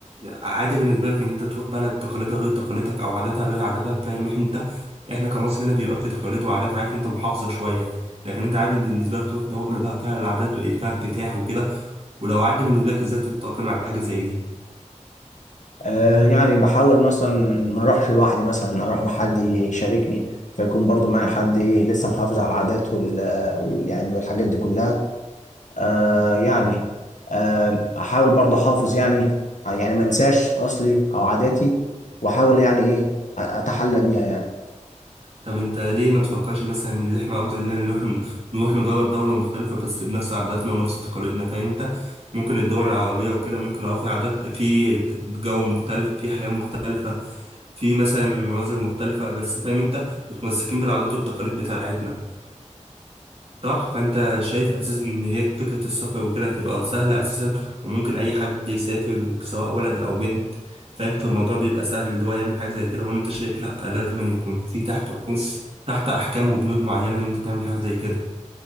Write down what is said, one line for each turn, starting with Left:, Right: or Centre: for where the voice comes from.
Right: عادي بالنسبه لك ان انت تروح بلد تقاليدها غير تقاليدك او عاداتها غير عاداتك فاهم انت احنا كمصر هنا بيبقى في تقاليد وعادات عارف انت محافظه شويه لكن انت عادي بالنسبه لك تروح دوله بقى فيها العادات فيها انفتاح وكده ولو عادي بالنسبه لك ازاي تتاقلم على حاجه زي دي
Left: آه يعني بحاول مثلا ما اروحش لوحدي مثلا اروح بحد يشاركني فيكون برضو معايا حد ايه لسه محافظ على العادات وال, وال يعني والحاجات دي كلها آه يعني آه احاول برضو احافظ يعني يعني ما انساش اصلي او عاداتي واحاول يعني ايه أ- اتحلى بيها يعني
Right: طب انت ليه ما تفكرش مثلا ان احنا افضل لنا نروح نروح نجرب دولة مختلفة بس بنفس عاداتنا ونفس تقاليدنا فاهم انت ممكن الدول العربية وكده ممكن اه في عادات في جو مختلف في حياة مختلفة في مثلا مناظر مختلفة بس فاهم انت متمسكين بالعادات والتقاليد بتاعتنا صح فانت شايف اساسا ان هي فكره السفر وكده هتبقى سهله اساسا وممكن اي حد يسافر سواء ولد او بنت فاهم فالموضوع بيبقى سهل اللي هو يعمل حاجه زي كده هو انت شايف لا لازم أن يكون في تحت عقود تحت احكام وبنود معينه ان انت تعمل حاجه زي كده